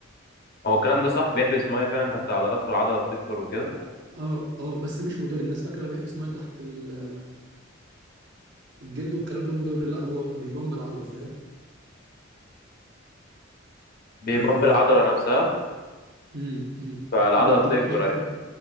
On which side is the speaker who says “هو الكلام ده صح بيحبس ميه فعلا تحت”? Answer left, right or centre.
Left